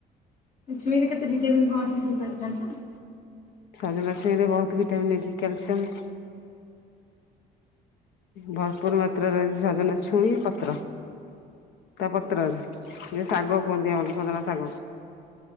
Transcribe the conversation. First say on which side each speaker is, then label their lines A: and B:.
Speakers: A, on the left; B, on the left.
A: ଛୁଇଁ ରେ କେତେ ଭିଟାମଗ କଁ ଅଛି <unintelligible>
B: ସଜନା ଛଇଁରେ ବହୁତ୍ ଭିଟାମିନ ଅଛି କ୍ୟାଲସିୟମ, ଭରପୁର ମାତ୍ରାରେ ଝଜନ୍ ଛୁଇଁ ପତ୍ର, ତା ପତ୍ରରେ ଯେ ଶାଗ କୁହନ୍ତି ଆମର ଖଜନା ଶାଗ,